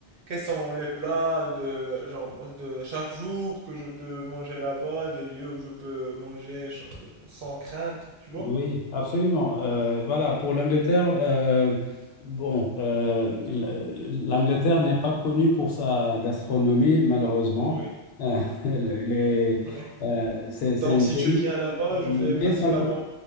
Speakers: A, on the right; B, on the left.
A: quels sont les plats de, genre, de chaque jour que je peux manger là-bas, des lieux où je peux manger ch- sans crainte, tu vois?
B: oui, absolument. Euh, voilà, pour l'Angleterre, euh, bon, euh, l- l'Angleterre n'est pas connue pour sa gastronomie, malheureusement.
A: Oui,
B: Euh, <laughs> les- les-
A: oui.
B: euh, c'est c'est
A: Donc
B: un
A: si
B: pays,
A: je viens là-bas,
B: mais
A: je vais principalement...
B: par,